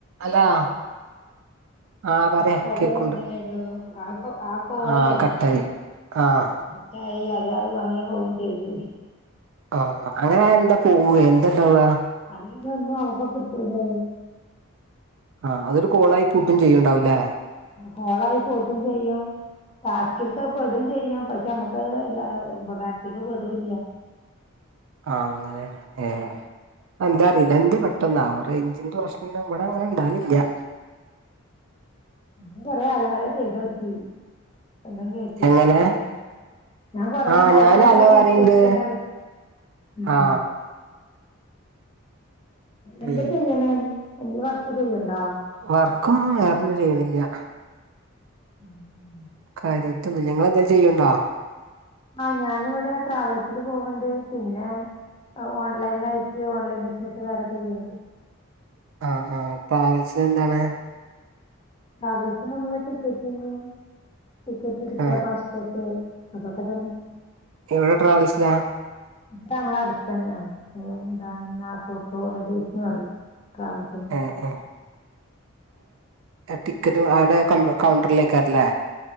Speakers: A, on the right; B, on the left.
A: അലാ.
B: ഹലോ
A: ആഹ് പറയെ
B: ആക്കെ ഓള്
A: കേക്കുണ്ട്
B: ഇതായടോ ആക്ക ആക്കോളെ
A: ആഹ് കട്ടായി. ആഹ്.
B: റ്റായി അത് അത് അങ്ങനെ പോവും ചെയ്ത്.
A: ആഹ് അങ്ങനായ എന്താ പോവ്വേ എന്താണ്ടാവ്ആ?
B: അയ്ലെന്നും നമുക്ക് കിട്ടൂലേ.
A: ആഹ് അതൊരു കോളായി കൂട്ടും ചെയ്യുണ്ടാവുംലെ.
B: കോളായിക്കൂട്ടും ചെയ്യും. ടാസ്കിൽക്ക് അഅ്‌ പെടും ചെയ്യും പക്ഷെ മ്മക്കഅ്‌ ഉപകാര്ത്തിക്ക് പെടുല്ല്യാ.
A: ആഹ് അങ്ങനെ ഏഹ് അന്താ അറീലാ എന്തേ പ ട്ടന്നാവോ റൈഞ്ചിന്റെ പ്രശ്നം ഇവടെ അങ്ങനെണ്ടാവലില്ല്യാ.
B: ഞാൻ കൊറെ ഹലോ ഹലോ ചെയ്തോക്കി ഒന്നും കേ
A: എങ്ങനെ?
B: ഞാൻ കൊറെ
A: ആ
B: ഹലോ
A: ഞാന്
B: ഹലോ വിളിച്ചോക്കീന്നറേ
A: പറയണ്ട്
B: ഉം.
A: ആ
B: എന്താ
A: ഉം
B: ചെയ്യണ് എന്തെലും വർക്ക് ചെയ്യ്ണ്ടോ?
A: വർക്കൊന്നും വേറൊന്നും ചെയ്യ്ണില്ല്യാ.
B: <unintelligible>
A: കാര്യയിട്ടൊന്നുല്ല്യാ ഇങ്ങളെന്തേലും ചെയ്യ്ണ്ടോ?
B: ആഹ് ഞാന് വടെ ട്രാവൽസില് പോവ്ണ്ട് പിന്നെ ഔ ഓൺലൈൻ ആയി യി ഓൺലൈൻ ബിസ്നസ് വേറെ ചെയ്യ്ണ്ട്.
A: ആഹ് ആഹ്, പാവൽസില് എന്താവടെ?
B: ട്രാവൽസില് ന്നമ്മള് ടിക്കറ്റിന്ന് ടിക്കറ്റ്ട്ക്കാ
A: ആ
B: പാസ്പോർട്ട്. അതൊക്കെ തന്നെ.
A: എവടെ ട്രാവൽസിലാ?
B: ത് ഞങ്ങള അടുത്തന്നെണ് ന്താ <unintelligible> ഹോളിഡേയ്സ്ന്ന് പറയും ട്രാവൽ
A: ഏഹ് ഏഹ് ഏഹ് ടിക്കറ്റ് <unintelligible> കൗ കൗണ്ടർലേക്കാര്ലെ?